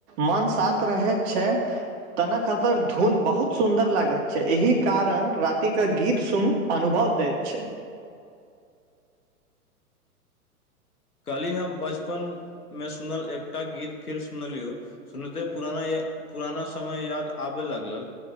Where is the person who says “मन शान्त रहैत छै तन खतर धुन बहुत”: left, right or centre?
Right